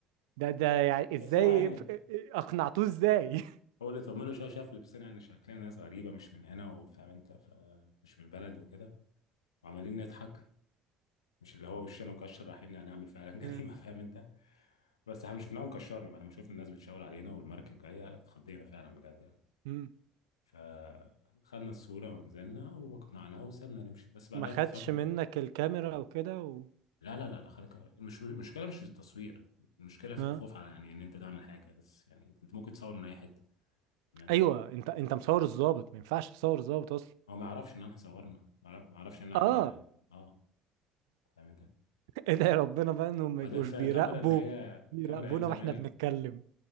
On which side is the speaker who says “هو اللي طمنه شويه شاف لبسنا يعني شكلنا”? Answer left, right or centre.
Left